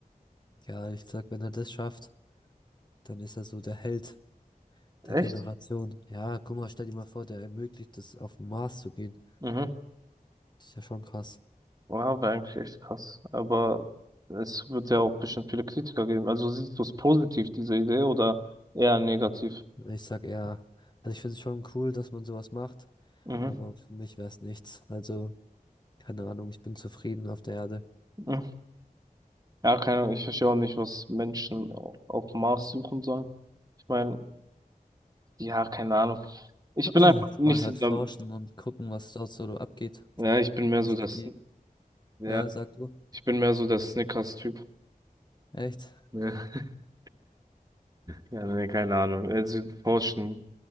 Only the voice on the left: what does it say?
Egal, ich sag, wenn er das schafft, dann ist er so der Held
der Generation. Ja, guck mal, stell dir mal vor, der ermöglicht es, auf den Mars zu gehen.
Das ist ja schon krass.
Ich sag eher, also ich finde es schon cool, dass man sowas macht,
aber für mich wäre es nichts. Also, keine Ahnung, ich bin zufrieden auf der Erde.
<clears throat>
Die
wollen
halt
forschen und gucken, was dort so abgeht.
Das
ist
für die.
Ja, sag du.
Echt?